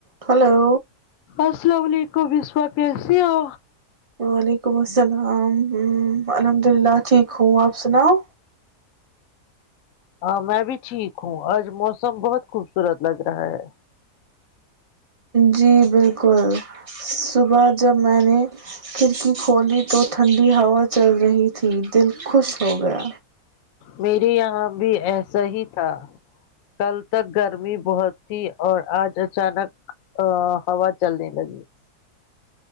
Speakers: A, on the right; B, on the left.
A: Hello
B: السلام علیکم وسوا کیسی ہو
A: وعلیکم السلام ہ الحمد اللہ ٹھیک ہوں آپ سناؤ
B: ہاں میں بھی ٹھیک ہوں آج موسم بہت خوبصورت لگ رہا ہے
A: جی بالکل صبح جب میں نے کھڑکی کھولی تو ٹھنڈی ہوا چل رہی تھی دل خوش ہو گیا
B: میری یہاں بھی ایسا ہی تھا کل تک گرمی بہت تھی اور آج اچانک ا ہوا چلنے لگی